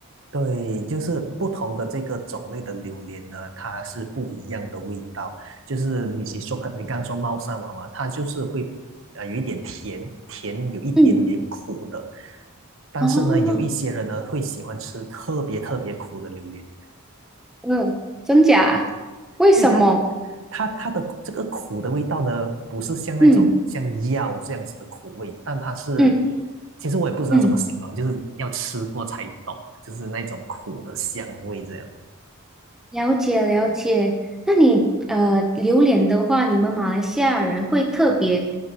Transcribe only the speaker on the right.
对，就是不同的这个种类的榴莲呢，它是不一样的味道。就是你你说你刚刚说猫山王嘛，它就是会呃有一点甜，甜有一点点苦的。
但是呢，
有一些人呢会喜欢吃特别特别苦的榴莲，
所以它它它的这个苦的味道呢，不是像那种像药这样子的苦味，
但它是
其实我也不知道怎么形容，
就是要吃过才懂，就是那种苦的香味这样。